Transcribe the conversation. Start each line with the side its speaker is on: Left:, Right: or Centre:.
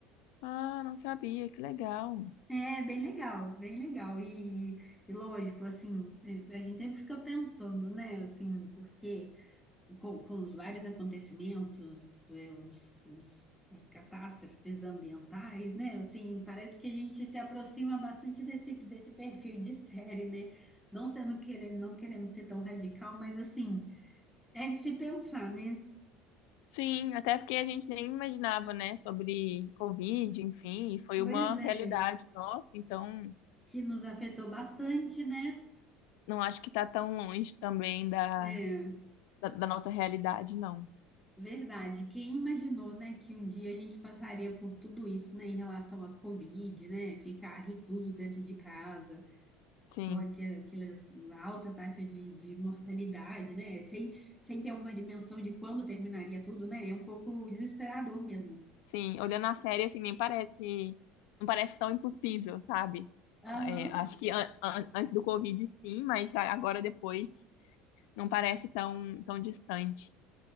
Left: Ah, não sabia, que legal.
Centre: É bem legal, bem legal. E, e lógico, assim, a gente sempre fica pensando, né, assim, porque. com, com os vários acontecimentos, eh, os, os- as catástrofes ambientais, né? Assim, parece que a gente se aproxima bastante desse, desse perfil de série, né? Não sendo querendo, não querendo ser tão radical, mas assim, é de se pensar, né?
Left: Sim, até porque a gente nem imaginava, né, sobre Covid, enfim, e foi
Centre: Pois
Left: uma
Centre: é,
Left: realidade nossa, então
Centre: que nos afetou bastante, né?
Left: não acho que tá tão longe também da
Centre: É,
Left: da, da nossa realidade, não.
Centre: verdade. Quem imaginou, né, que um dia a gente passaria por tudo isso, né, em relação à Covid, né? Ficar recluso dentro de casa.
Left: Sim,
Centre: Pô, aquele- aquelas uma alta taxa de, de mortalidade, né? Sem, sem ter uma dimensão de quando terminaria tudo, né? É um pouco desesperador mesmo.
Left: sim. Olhando a série, assim, nem parece, não parece tão impossível, sabe?
Centre: Aham,
Left: É, acho que an- an- antes do Covid, sim, mas a- agora depois não parece tão, tão distante.